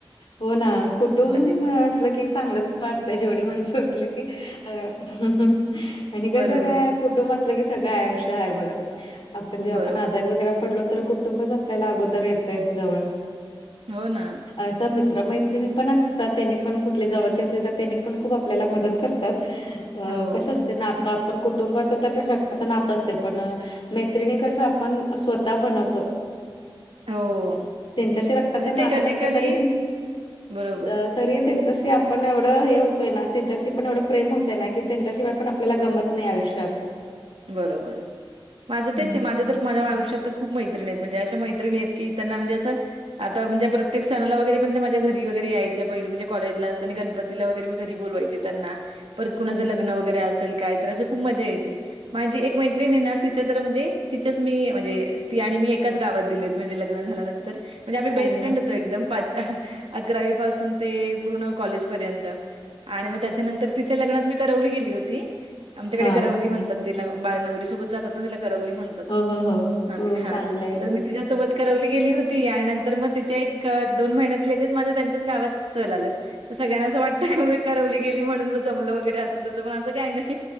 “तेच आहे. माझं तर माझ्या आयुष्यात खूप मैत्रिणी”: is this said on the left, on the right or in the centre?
Right